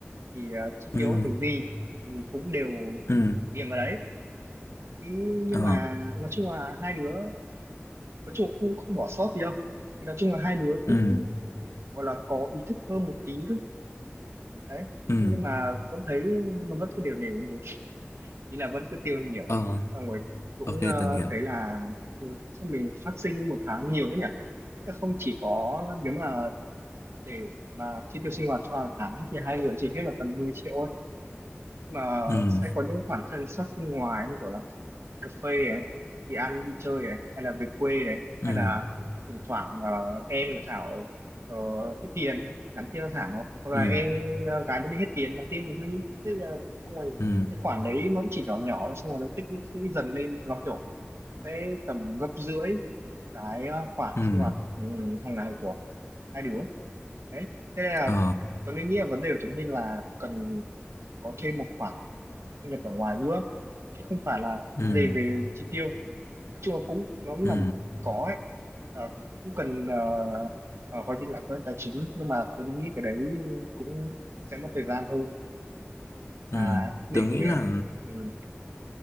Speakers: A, on the right (about 70°); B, on the left (about 85°).
A: thì ờ, chi
B: ừ,
A: tiêu các thứ gì thì cũng đều
B: ừ,
A: điền vào đấy thì nhưng
B: ờ,
A: mà nói chung là hai đứa nói chung là không không bỏ sót gì đâu thì nói chung là hai đứa cũng
B: ừ,
A: gọi là có ý thức hơn một tí thôi đấy
B: ừ,
A: Thế nhưng mà vẫn thấy nó vẫn cứ đều đều như thế. ý là vẫn cứ tiêu nhiều
B: ờ,
A: xong rồi cũng
B: ok,
A: ờ,
B: từng hiểu.
A: thấy là ừ, sao mình phát sinh một tháng nhiều thế nhỉ Thế không chỉ có nếu mà để mà chi tiêu sinh hoạt cho hàng tháng thì hai người chỉ hết vào tầm 10 triệu thôi Nhưng mà
B: Ừ,
A: sẽ có những khoản thân sát sinh ngoài như kiểu là cà phê này đi ăn đi chơi này hay là về quê này
B: ừ,
A: hay là thỉnh thoảng ờ, em của Thảo ờ, hết tiền nhắn tin cho Thảo hoặc
B: ừ,
A: là em ờ, gái nó đi hết tiền nhắn tin cho Huy thế là xong rồi
B: ừ,
A: những cái khoản đấy nó chỉ nhỏ nhỏ xong rồi nó tích lũy dần lên nó kiểu sẽ tầm gấp rưỡi cái ờ, khoản
B: ừ,
A: sinh hoạt ừ, hàng ngày của hai đứa đấy thế nên là
B: ờ,
A: tôi Linh nghĩ là vấn đề của Tuấn Linh là cần có thêm một khoản thu nhập ở ngoài nữa chứ không phải là
B: ừ,
A: vấn đề về chi tiêu nói chung là cũng nó cũng
B: ừ,
A: làm có ấy Ờ, cũng cần uh, uh, hoạch định lại với tài chính nhưng mà tôi nghĩ cái đấy cũng sẽ mất thời gian hơn
B: ừ.
A: là để
B: Tường nghĩ là,
A: ừ,